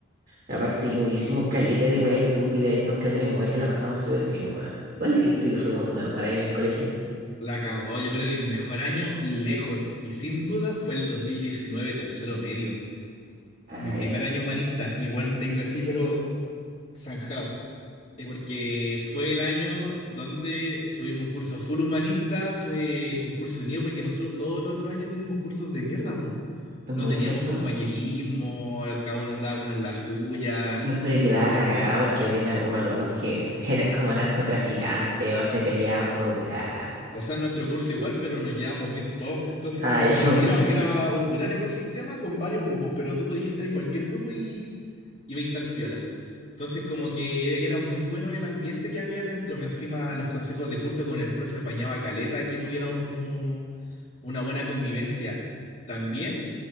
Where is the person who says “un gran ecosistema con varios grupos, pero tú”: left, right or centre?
Left